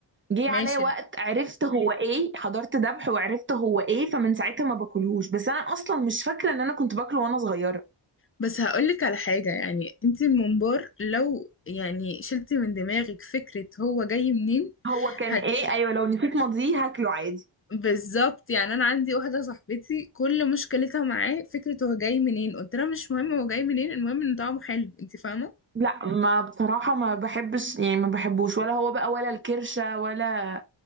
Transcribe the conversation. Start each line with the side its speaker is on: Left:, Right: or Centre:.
Right: جه
Left: ماشي
Right: عليا وقت عرفت هو ايه حضرت ذبح وعرفت هو ايه فمن ساعتها ما باكلهوش بس انا اصلا مش فاكره ان انا كنت باكله وانا صغيره
Left: بس هقولك على حاجة يعني انت الممبار لو يعني شلتي من دماغك فكرة هو جاي منين
Right: هو كان
Left: هت
Right: ايه ايوه لو نسيت ماضيه هاكله عادي
Left: بالظبط يعني انا عندي واحده صاحبتي كل مشكلتها معاه فكره هو جاي منين قلت لها مش مهم هو جاي منين المهم ان طعمه حلو انت فاهمه
Right: لا ما بصراحة ما بحبش يعني ما بحبوش ولا هو بقى ولا الكرشة ولا